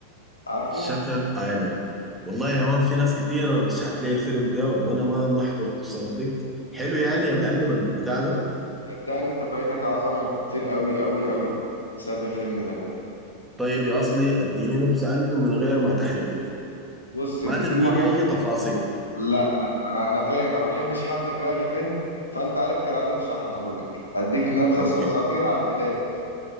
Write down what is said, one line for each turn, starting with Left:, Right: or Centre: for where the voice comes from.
Left: عارفه؟
Centre: شتر ايلاند والله يا مان في ناس كتيرة رشحت لي الفيلم ده وانا ما ما حضرته صدق حلو يعني يا معلم البتاع ده
Left: صدقني انت فايتك عظمة كتير قوي قوي قوي بسبب الفيلم ده
Centre: طيب يا اصلي اديني نبذة عنه من غير ما تحرقه لي
Left: بص
Centre: ما
Left: بدون
Centre: تديني
Left: ما
Centre: اي تفاصيل
Left: لا لا ما انا انا فاهم انا ما بحبش حد يحرق لي فيلم فانت عارف كالعادة مش هحرقه لك اديك نبذة
Centre: اوكي
Left: ص- صغيرة على البداية بس